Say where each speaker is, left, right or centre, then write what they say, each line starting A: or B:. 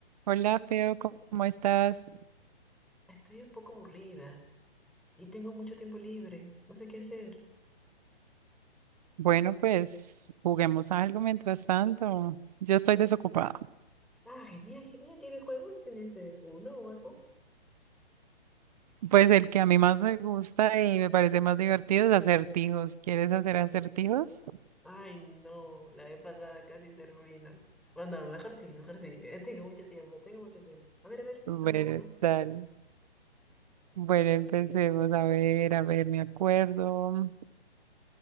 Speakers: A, on the right; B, in the centre.
A: Hola, Feo, ¿cómo estás?
B: Estoy un poco aburrida y tengo mucho tiempo libre. No sé qué hacer.
A: Bueno, pues juguemos algo mientras tanto. Yo estoy desocupada.
B: Ah, genial, genial. ¿Tienes juegos? ¿Tienes eh, uno o algo?
A: Pues el que a mí más me gusta y me parece más divertido es acertijos. ¿Quieres hacer acertijos?
B: Ay, no. La vez pasada casi termino. Bueno, mejor sí, mejor sí. eh, Tengo mucho tiempo, tengo mucho tiempo. A ver, a ver,
A: Bueno,
B: dame uno.
A: dale. Bueno, empecemos. A ver, a ver, me acuerdo.